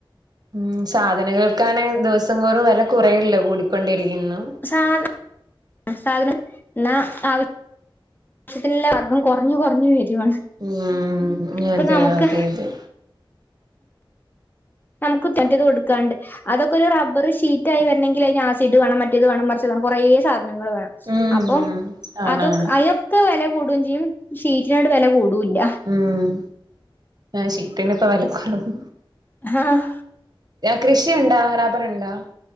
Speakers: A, on the right; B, on the left.
A: ഉം സാധനങ്ങൾക്കാണെ ദിവസ- ന്തോറും വില കൊറയല്ലെ കൂടി കൊണ്ടിരിക്കുന്നു
B: സാധ സാധനം എന്ന ആവശ്യ <unintelligible> എല്ലാതും കൊറഞ്ഞ് കൊറഞ്ഞ് വരുവാണ്
A: ഉം
B: ഇപ്പൊ
A: അതെ
B: നമുക്ക്
A: അതെ അതെ
B: നമുക്ക് മറ്റേത് കൊടുക്കാണ്ട് അതൊക്കെ ഒരു റബ്ബറ് ഷീറ്റായി വെരണങ്കിൽ ആ ഷിറ്റ് വേണം മറ്റേത് വേണം മറിച്ചേത് വേണം കൊറേ സാധനങ്ങൾ വേണം
A: ഉം
B: അപ്പൊ
A: ആണാണ്
B: അതൊ അതൊക്കെ വെല കൂടുംചെയ്യും ഷീറ്റിനാണ്ട് വെല കൂടുവോയില്ല
A: ഉം ആ ചിക്കനു ഇപ്പ വിലക്കുറവ്
B: ആഹ്
A: കൃഷിയുണ്ടോ റബ്ബറുണ്ടോ